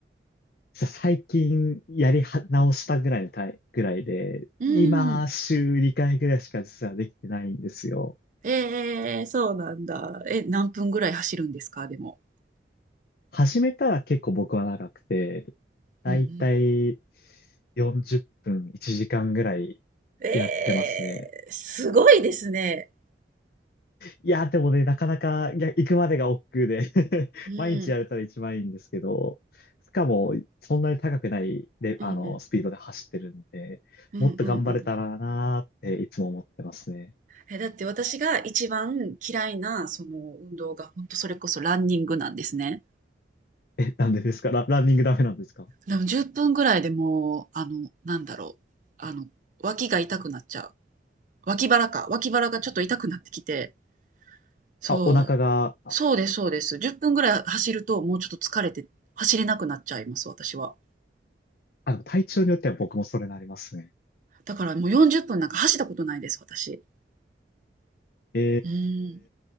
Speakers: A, on the left; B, on the right.
A: さ最近やりは直したぐらいのタイ、ぐらいで、
B: うーん。
A: 今週2回ぐらいしか実はできてないんですよ。
B: ええそうなんだ。え、何分ぐらい走るんですか？でも。
A: 始めたら結構僕は長くて、だいたい
B: うんうん。
A: 40分、1時間ぐらいやってますね。
B: ええ、すごいですね。
A: いや、でもね、なかなか、いや、行くまでが億劫で <laughs>
B: うん。
A: 毎日やれたら一番いいんですけど、しかも、そんなに高くない、で、
B: うんうん。
A: あの、スピードで走ってるんで、
B: うんうんうん。
A: もっと頑張れたらなーっていつも思ってますね。
B: え、だって私が一番嫌いなその運動が本当それこそランニングなんですね。
A: え、なんでですかラ、ランニングダメなんですか
B: でも10分ぐらいでもう、あの、なんだろう、あの、脇が痛くなっちゃう。脇腹か、脇腹がちょっと痛くなってきて、そ
A: あ、お腹が、あ、
B: う。そうですそうです。10分ぐらい走るともうちょっと疲れて走れなくなっちゃいます、私は。
A: あの、体調によっては僕もそれなりますね。
B: だからもう40分なんか走ったことないです、私。
A: え
B: うん。